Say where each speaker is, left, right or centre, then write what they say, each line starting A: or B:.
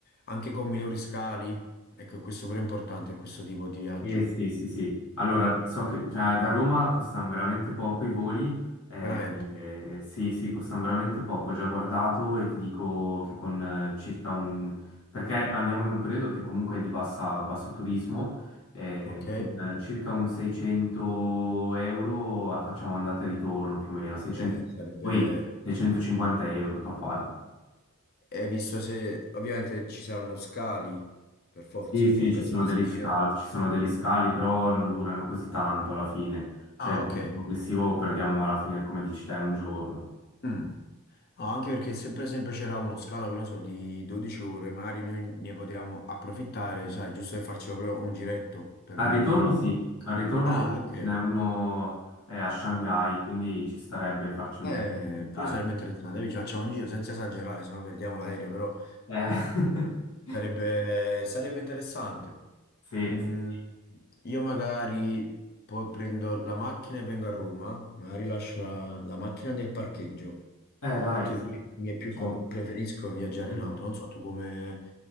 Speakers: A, on the left; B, on the left.
A: anche con minori scali. Ecco, questo pure è importante, questo tipo di viaggio.
B: eh sì, sì, sì. Allora, so che cioè, da Roma costano veramente poco i voli. eh,
A: Veramente,
B: eh, sì, sì, costano veramente poco. Ho già guardato e ti dico che con eh, circa un... perché andiamo in un periodo che comunque è di bassa- basso turismo, eh,
A: ok?
B: con eh, circa un 600 euro ah, facciamo andata e ritorno più o meno, 600...
A: Eh, sarebbe...
B: poi 650 euro tu fai.
A: E visto se ovviamente ci saranno scali, per forza,
B: Sì, sì,
A: che non
B: ci
A: penso
B: sono
A: ci
B: degli
A: sia
B: scal-
A: diretto.
B: ci sono degli scali, però non durano così tanto alla fine. Cioè,
A: Ah,
B: il
A: ok.
B: complessivo perdiamo alla fine, come dici te, un giorno.
A: Mm. No, anche perché se per esempio c'era uno scalo, che non so, di 12 ore, magari noi ne potevamo approfittare, sai, giusto per farci proprio un giretto per vedere
B: Al ritorno
A: proprio.
B: sì, al ritorno
A: Ah,
B: ho visto
A: ok.
B: che ce n'è uno eh, a Shanghai, quindi ci starebbe farci
A: Eh,
B: un giro. Dai.
A: pure sarebbe interessante. Dai, Ci facciamo un giro senza esagerare, se no perdiamo l'aereo, però
B: Eh, <laughs>
A: sarebbe, sarebbe interessante.
B: sì,
A: Mm,
B: sì.
A: io magari poi prendo la macchina e vengo a Roma, magari lascio la, la macchina nel parcheggio,
B: Eh, dai,
A: perché
B: sì.
A: mi mi è più
B: Ciao.
A: co- preferisco viaggiare
B: Mhm.
A: in auto. Non so tu come